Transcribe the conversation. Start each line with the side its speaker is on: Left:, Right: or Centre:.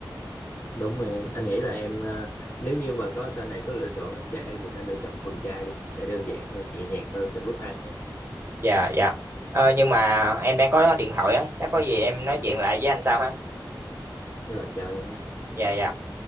Left: đúng rồi em anh nghĩ là em ờ, nếu như mà có sau này có lựa chọn ăn chay thì nên lựa chọn thuần chay đi nó sẽ đơn giản hơn nhẹ nhàng hơn trong lúc ăn em
Right: dạ dạ Ờ, nhưng mà em đang có điện thoại á chắc có gì em nói chuyện lại với anh sau ha
Left: rồi chào em nha
Right: dạ dạ